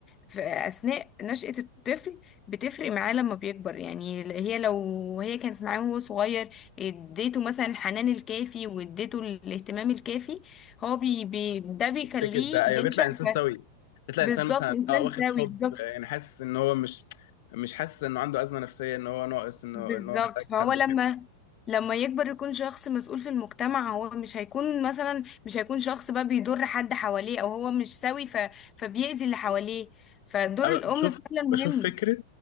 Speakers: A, on the left (about 25°); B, on the left (about 50°).
A: في أثناء نشأة الطفل بتفرق معاه لما بيكبر يعني هي لو هي كانت معاه وهو صغير اديته مثلا الحنان الكافي واديته الاهتمام الكافي هو بي بي ده بيخليه
B: التيكت ده ايوه
A: ينشأ
B: بيطلع
A: ك-
B: انسان سوي بيطلع
A: بالظبط
B: انسان مثلا
A: إنسان
B: اه واخد
A: سوي
B: حب
A: بالظبط
B: آه، يعني حاسس ان هو مش مش حاسس انه عنده ازمه نفسيه ان هو ناقص انه
A: بالظبط
B: ان هو محتاج
A: فهو
B: حد
A: لما لما يكبر يكون شخص مسؤول في المجتمع هو مش هيكون مثلا مش هيكون شخص بقى بيضر حد حواليه او هو مش سوي ف... فبيأذي اللي حواليه فدور
B: أنا
A: الام
B: بشوف
A: فعلا مهم
B: بشوف فكرة